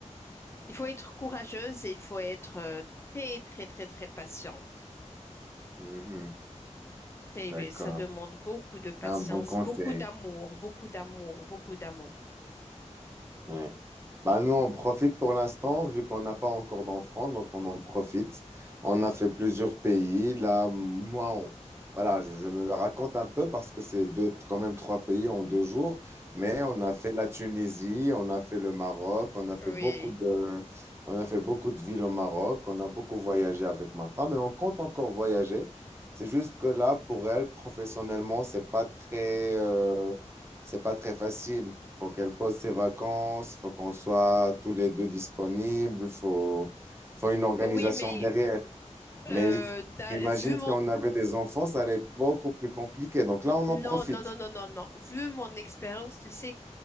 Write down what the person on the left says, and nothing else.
il faut être courageuse et il faut être euh, très, très, très, très patiente.
Très
Ça demande beaucoup de
patience,
beaucoup d'amour, beaucoup d'amour, beaucoup d'amour.
Oui.
Oui, mais
euh, d'a-
vu mon...
Non,
non, non, non, non, non. Vu mon expérience, tu sais,